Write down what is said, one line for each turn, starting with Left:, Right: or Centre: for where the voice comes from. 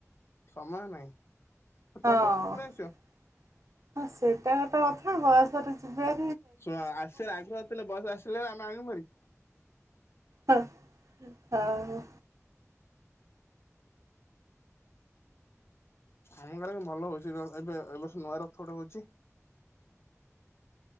Left: ସମୟ ନାହିଁ। ଆଉ ତମେ
Right: ହଁ
Left: ବସ ରେ ପଳେଇ ଆସିବ।
Right: ସେଇଟା ଗୋଟେ କଥା ବୟସରେ ଯିବେ
Left: ଶୁଣ ଆସିଲେ ରାଗ ଆସଥିଲେ ବସ ଆସିଲେ ଆମେ ଆଣୁରି
Right: ହଁ ହଉ
Left: ଆମ ଗାରେ ଭଲ ହଉଛି ଏବେଏ ବର୍ଷ ନୂଆ ରଥ ଗୋଟେ ହଉଛି